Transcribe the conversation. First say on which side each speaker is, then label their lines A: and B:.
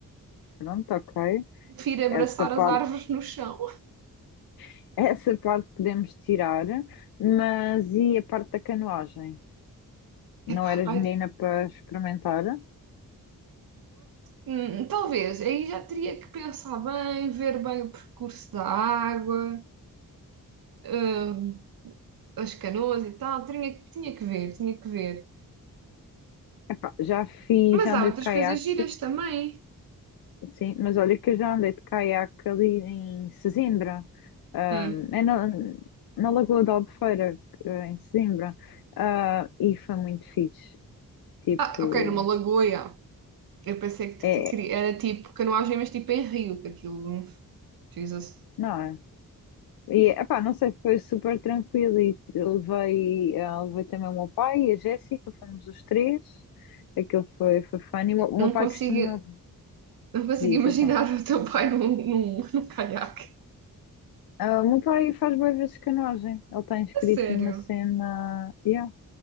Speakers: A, on the left; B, on the right.
A: Pronto, ok.
B: Prefiro abraçar
A: Essa parte,
B: as árvores no chão.
A: <laughs> essa parte podemos tirar, mas e a parte da canoagem?
B: <laughs>
A: Não
B: Epá,
A: eras
B: vai-
A: menina para experimentar?
B: hum, talvez, aí já teria que pensar bem, ver bem o percurso da água. ah, as canoas e tal, tinha, tinha que ver, tinha que ver.
A: Epá, já fiz,
B: Mas
A: já
B: há
A: andei
B: outras
A: de caiaque,
B: coisas giras também.
A: sim, mas olha que eu já andei de caiaque ali em Sesimbra, ah,
B: Hum.
A: é na, na Lagoa da Albufeira, eh, em Sesimbra, Ah, e foi muito fixe. Tipo,
B: Ah, ok, numa lagoa, já. Eu pensei que,
A: é,
B: que queria- era tipo canoagem, mas tipo em rio, que aquilo. hum, Jesus.
A: não é? E, epá, não sei, foi super tranquilo e eu levei, eh, levei também o meu pai e a Jéssica, fomos os três, aquilo foi, foi fun, e o meu o
B: Não
A: meu pai
B: consigo,
A: costuma,
B: não consigo
A: diz
B: imaginar
A: então,
B: <laughs> o teu pai num, num, num caiaque.
A: Ah, o meu pai faz boas vezes canoagem, ele está inscrito
B: A sério.
A: numa cena, yeah.